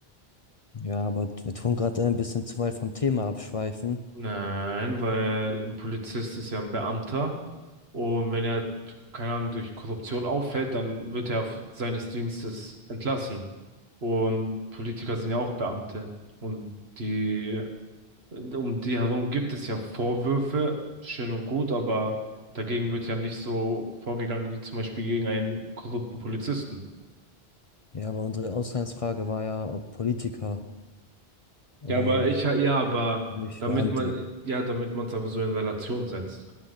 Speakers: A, on the left; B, on the right.
A: ja, aber wir tun gerade ein bisschen zu weit vom Thema abschweifen.
B: Nein, weil ein Polizist ist ja ein Beamter und wenn er, keine Ahnung, durch Korruption auffällt, dann wird er auf seines Dienstes entlassen. Und Politiker sind ja auch Beamte und die, um die herum gibt es ja Vorwürfe, schön und gut, aber dagegen wird ja nicht so vorgegangen wie zum Beispiel gegen einen korrupten Polizisten.
A: Ja, aber unsere Ausgangsfrage war ja, ob Politiker, ähm,
B: Ja, aber ich, ja, aber
A: nicht
B: damit
A: Beamte.
B: man, ja, damit man es aber so in Relation setzt.